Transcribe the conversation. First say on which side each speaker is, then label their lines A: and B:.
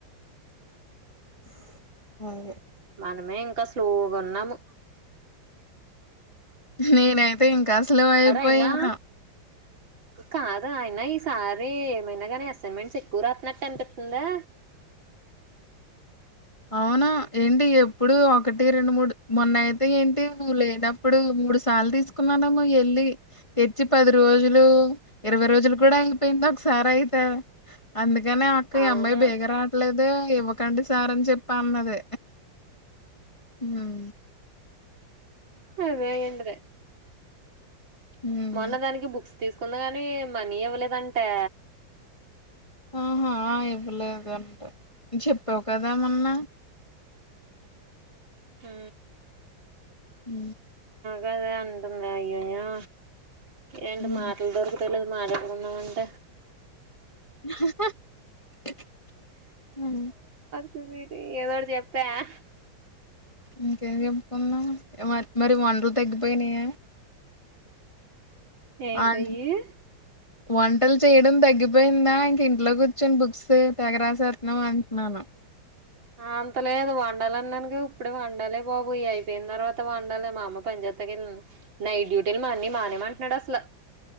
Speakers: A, on the left; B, on the right.
A: <inaudible>
B: మనమే ఇంకా స్లోగున్నాము.
A: నేనైతే ఇంకా అసలువుయిపోయాను.
B: అయినా కాదు అయినా ఈసారి ఏమైనా కానీ అసైన్మెంట్స్ ఎక్కురాతున్నట్టు అనిపితుందా?
A: అవును ఏంటి ఎప్పుడు ఒకటి, రెండు, మూడు మొన్న అయితే ఏంటి నువ్ లేనప్పుడు మూడు సార్లు తీసుకున్నానేమో ఎల్లీ తెచ్చి పది రోజులు ఇరవై రోజులు కూడా అయిపోయింది ఒకసారి అయితే అందుక్ కనే అక్క
B: అవును
A: ఈ అమ్మాయి బేగ రావట్లేదే ఇవ్వకండి సార్ అని చెప్పి పన్నది. హ్
B: ఏ అదే అయ్యిఉంటది.
A: ఉమ్.
B: మొన్నదానికి బుక్స్ తీసుకుంది గాని మనీ ఇవ్వలేదంటా..
A: ఆహా ఇవ్వలేదుంటే చెప్పావు కదా మన్న
B: హ
A: అ
B: కాద అంటందయి అయ్యియ్యో ఏండు
A: ఉమ్,
B: మాటలు దొరుకు తెలుగు మాటాడకుండా ఉంటే
A: హి హి హి హుమ్మ్
B: నువ్వేటి ఏదోటి చెప్త ఆహ్
A: ఇంకేం చెప్పుకుందాం మరి మరి వంటలు తగ్గిపోయినాయా
B: ఏంటయ్యి
A: అన్ వంటలు చేయడం తగ్గిపో పోయిందా ఇంక ఇంట్లో కూర్చొని బుక్స్ తెగరాసేస్తున్నావ్ అంటున్నాను
B: ఆ అంతలేదు వండాలన్నన్నుగా ఇప్పుడే వండాలే బాబు ఇ అయిపోయిన తర్వాత వండాలి మా అమ్మ పంచజాయతకి వెళ్ళింది నైట్ డ్యూటీలు మా అన్నయ్య మానేయమంటున్నాడు అసల